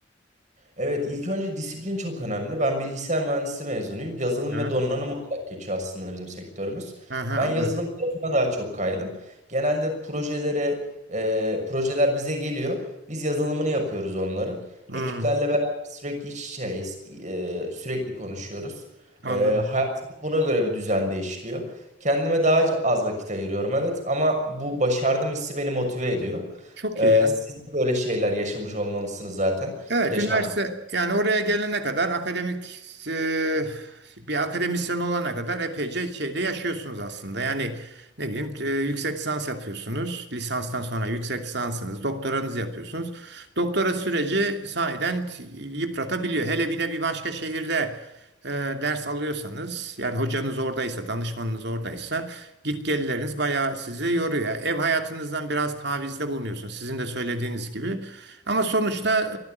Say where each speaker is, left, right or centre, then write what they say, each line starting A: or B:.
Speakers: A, on the right; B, on the right.
A: Evet, ilk önce disiplin çok önemli. Ben bilgisayar mühendisi mezunuyum. Yazılım
B: Hı?
A: ve donanım olarak geçiyor aslında bizim sektörümüz.
B: Aha,
A: Ben
B: anladım.
A: yazılım tarafına daha çok kaydım. Genelde projelere, e, projeler bize geliyor. Biz yazılımını yapıyoruz onların.
B: Hı,
A: Ekiplerle beraber sürekli iç içeyiz, e, sürekli konuşuyoruz.
B: anladım.
A: E, hayatım buna göre bir düzen değişiyor. Kendime daha az vakit ayırıyorum, evet. Ama bu başardım hissi beni motive ediyor.
B: Çok
A: E,
B: iyi ya.
A: siz de böyle şeyler yaşamış olmalısınız zaten.
B: Evet,
A: Yaşantı
B: üniversite yani oraya gelene kadar akademik e, bir akademisyen olana kadar epeyce şeyde yaşıyorsunuz aslında. Yani ne bileyim e, yüksek lisans yapıyorsunuz. Lisanstan sonra yüksek lisansınız, doktoranızı yapıyorsunuz. Doktora süreci sahiden yıpratabiliyor. Hele bir de bir başka şehirde e, ders alıyorsanız yani hocanız oradaysa danışmanınız oradaysa git gelleriniz bayağı sizi yoruyor. Ev hayatınızdan biraz tavizde bulunuyorsunuz sizin de söylediğiniz gibi. Ama sonuçta